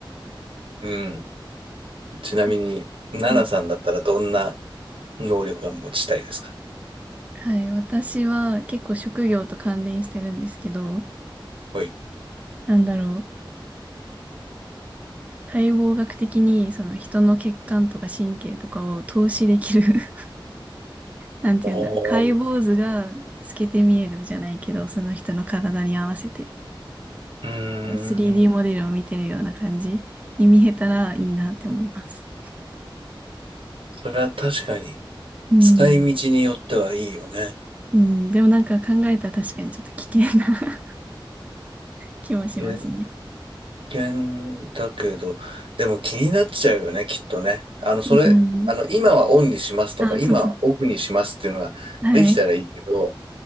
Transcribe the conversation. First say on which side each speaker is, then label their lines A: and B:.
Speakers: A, on the right; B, on the right.
A: <laughs> うん。ちなみに、
B: た
A: ナナさんだったらどんな
B: はい。
A: 能力が持ちたいですか
B: はい。私は結構職業と関連してるんですけど、
A: ほい。
B: なんだろう。解剖学的にその人の血管とか神経とかを透視できる <laughs> なんて言うんだろう。
A: お
B: 解剖図が透けて見えるじゃないけど、
A: ー、
B: その人の体に合わせて
A: うー
B: 3D
A: ん。
B: モデルを見てるような感じに見えたらいいなって思います。
A: それは確かに、
B: うん。
A: 使い道によってはいいよね。
B: うん。でもなんか考えたら確かにちょっと危険な <laughs> 気もしますね。
A: え険だけど、でも気になっちゃうよね、きっとね。あの、それ、
B: うん。
A: あの、今はオンにしますとか、
B: あ、
A: 今はオフにしますっていうのができたらいいけど、
B: そうそう。はい。